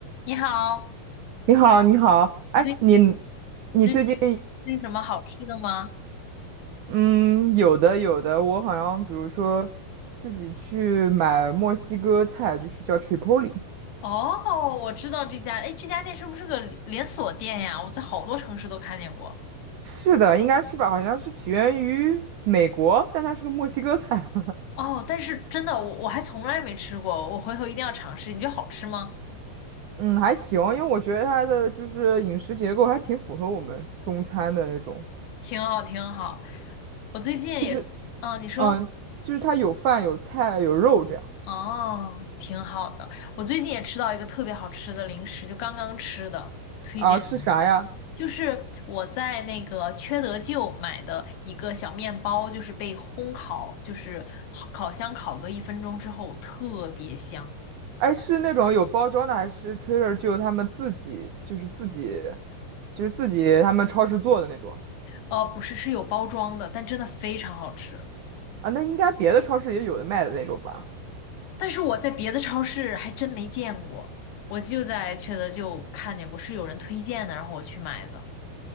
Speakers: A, on the left; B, on the right.
A: 你好，
B: 你好，你好，哎，
A: 你最近
B: 你
A: 你最近有
B: 你最近
A: 吃什么好吃的吗？
B: 嗯，有的有的，我好像比如说自己去买墨西哥菜，就是叫 Chipotle，
A: 哦，我知道这家，哎，这家店是不是个连连锁店呀？我在好多城市都看见过。
B: 是的，应该是吧？好像是起源于美国，但它是个墨西哥菜，
A: 哦，但是真的，我我还从来没吃过，我回头一定要尝试。你觉得好吃吗？
B: <laughs> 嗯，还行，因为我觉得它的就是饮食结构还挺符合我们中餐的那种，
A: 挺好，挺好。我最近也，
B: 就是
A: 嗯，你说，
B: 嗯，就是它有饭有菜有肉这样
A: 哦，挺好的。我最近也吃到一个特别好吃的零食，就刚刚吃的，推荐。
B: 啊，是啥呀？
A: 你。给就是我在那个缺德舅买的一个小面包，就是被烘烤，就是烤烤箱烤个一分钟之后特别香。
B: 哎，是那种有包装的，还是 Trader Joe 他们自己就是自己就是自己他们超市做的那种
A: 呃，不是，是有包装的，但真的非常好吃。
B: 啊？那应该别的超市也有的卖的那种吧？
A: 但是我在别的超市还真没见过，我就在缺德舅看见过，是有人推荐的，然后我去买的。